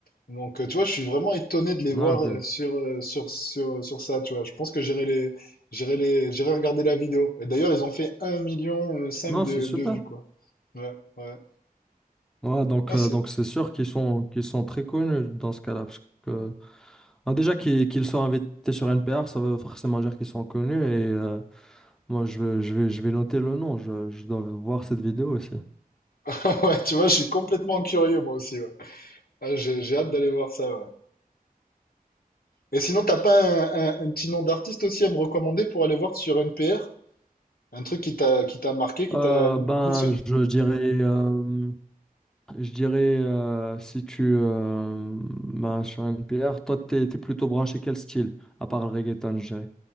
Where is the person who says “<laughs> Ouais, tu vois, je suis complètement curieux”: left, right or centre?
Left